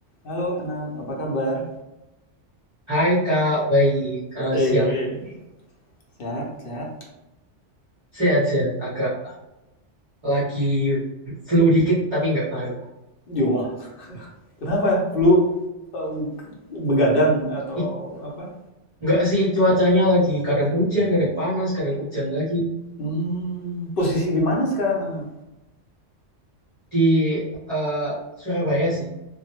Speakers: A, on the left; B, on the right.
A: Halo Anam, apa kabar?
B: Hai Kak, baik. Eh,
A: Eh,
B: siang
A: Sehat, sehat.
B: sehat-sehat. Agak lagi flu dikit tapi nggak ngaruh.
A: Yo, wah. Kenapa? Flu eh, begadang atau
B: Ih,
A: apa?
B: nggak sih cuacanya lagi kadang hujan, kadang panas, kadang hujan lagi
A: Hmm, posisi di mana sekarang Anam?
B: di eh, Surabaya sih.